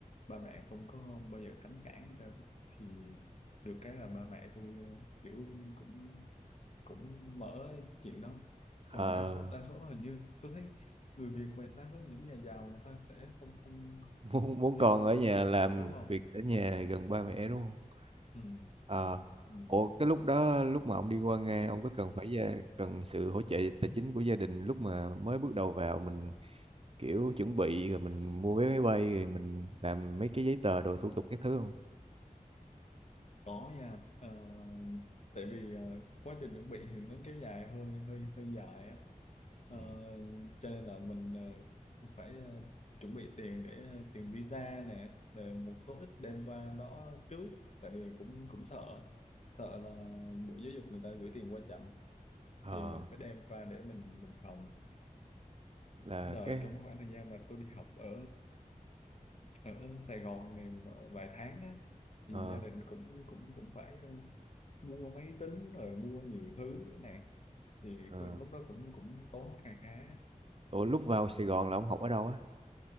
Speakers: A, on the left; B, on the right.
A: ba mẹ không có bao giờ cấm cản hết trơn thì được cái là ba mẹ tôi ờ, kiểu cũng cũng mở chuyện đó còn
B: Ờ,
A: đa số đa số hình như tôi thấy người Việt mà đa số những nhà giàu người ta sẽ không không
B: <laughs> muốn muốn
A: không
B: con
A: cho con
B: ở nhà
A: đi học
B: làm
A: nữa đúng không
B: việc ở nhà gần ba mẹ đúng không?
A: ừ,
B: Ờ,
A: ừ.
B: ủa cái lúc đó lúc mà ông đi qua Nga ông có cần phải gia, cần sự hỗ trợ tài chính của gia đình lúc mà mới bước đầu vào mình kiểu chuẩn bị rồi mình mua vé máy bay rồi mình làm mấy cái giấy tờ đồ thủ tục các thứ không?
A: có nha Ờ, tại vì ờ, quá trình chuẩn bị thì nó kéo dài hơi hơi hơi dài á Ờ,
B: Ừ.
A: cho nên là mình ờ, phải ờ, chuẩn bị tiền để ờ, tiền visa nè rồi một số ít đem qua đó trước tại vì cũng cũng sợ sợ là Bộ Giáo dục người ta gửi tiền qua chậm
B: Ờ.
A: thì mình phải đem qua để mình mình phòng
B: là
A: rồi
B: cái
A: trong cái khoảng thời gian mà tôi đi học ở ở Sài Gòn này vài tháng á, thì
B: ờ
A: gia đình cũng cũng cũng phải ờ, mua máy tính rồi mua nhiều thứ nè thì
B: ờ
A: có- lúc đó cũng cũng tốn kha khá á.
B: ủa lúc vào
A: ừ.
B: Sài Gòn là ông học ở đâu á